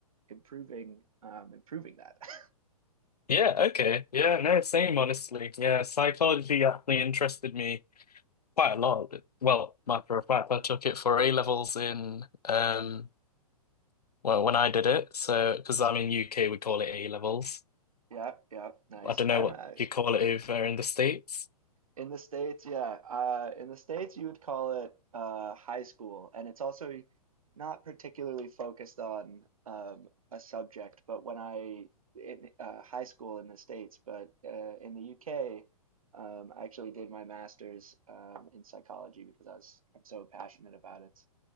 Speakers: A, on the right (about 60°); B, on the left (about 80°).
A: improving, um, improving that. <laughs>
B: Yeah, okay. Yeah, no, same honestly. Yeah, psychology actually interested me quite a lot. Well, matter of fact, I took it for A levels in um well when I did it. So because I'm in UK we call it A levels.
A: Yeah, yeah, nice.
B: I don't
A: I'm
B: know what
A: uh,
B: you call it over in the States.
A: In the States, yeah. Uh, in the States, you would call it uh, high school, and it's also not particularly focused on um, a subject. But when I in uh, high school in the States, but uh, in the UK, um, I actually did my master's um, in psychology because I was I'm so passionate about it.